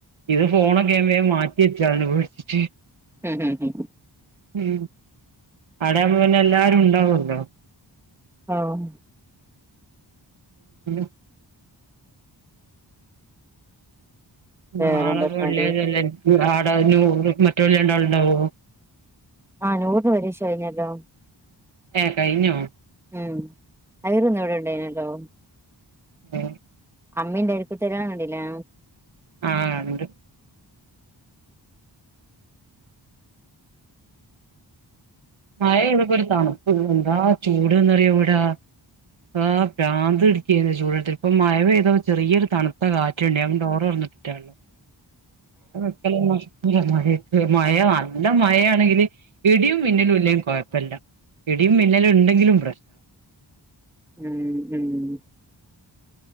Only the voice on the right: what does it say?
ഇത്ഫോണൊക്കെ ഞ്ഞം വേം മാറ്റ് കി ച്ചാ ന്ന് പേട്ച്ച്റ്റ്.
മ്. അവടെയാമ്പോപിന്നെ ല്ലാരുംണ്ടാവോല്ലോ?
<unintelligible>
നാളെപ്പ വെള്ള്യയ്ച്ചല്ലെ ഇൻ ആടെ നൂർ മറ്റൊല് രണ്ടള്ണ്ടാവോ?
ഏ കയിഞ്ഞോ.
എ
ആ ഇണ്ട്. മയ പെയ്തിട്ടും ഒരു തണുപ്പില്ല എന്താ ചൂട്ന്നറിയോ ഇവിടാ. ആ. ബ്രാന്ത് പിടിക്കേനു ചൂടുടുത്ത് ഇപ്പ മഴ പെയ്തപ്പോ ചെറിയൊരു തണുത്ത കാറ്റുണ്ട് ഞാൻ ഡോറ് തുറന്നിട്ടിറ്റാ ഉള്ളേ. <unintelligible> മഴ മഴത് നല്ല മഴയാണെങ്കില് ഇടിയും പിന്നലും ഇല്ലങ്കിലും കുഴപ്പല്ല ഇടിയും മിന്നലും ഉണ്ടെങ്കിലും പ്രശ്.